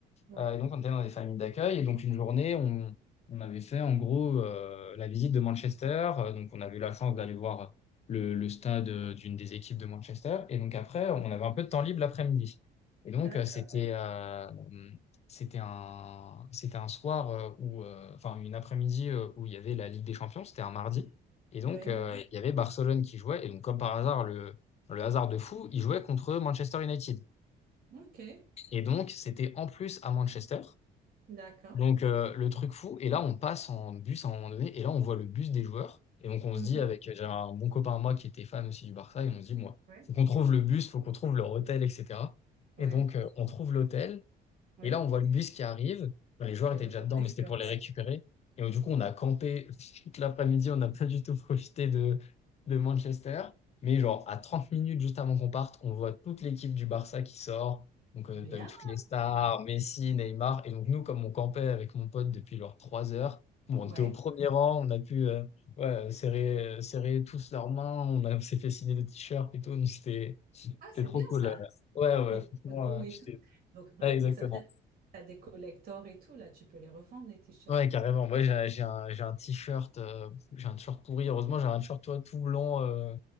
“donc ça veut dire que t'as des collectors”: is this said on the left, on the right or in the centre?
Right